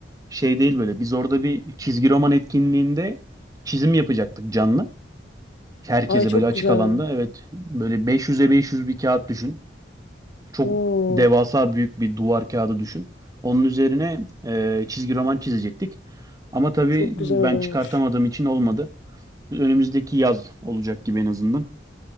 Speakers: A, on the right; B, on the left.
A: şey değil böyle. Biz orada bir çizgi roman etkinliğinde çizim yapacaktık canlı. Herkese
B: Ay çok
A: böyle açık
B: güzel.
A: alanda. Evet böyle 500'e 500 bir kağıt düşün. Çok
B: Oo,
A: devasa büyük bir duvar kağıdı düşün. Onun üzerine e, çizgi roman çizecektik. Ama tabii
B: çok güzel
A: ben
B: olurmuş.
A: çıkartamadığım için olmadı. Önümüzdeki yaz olacak gibi en azından.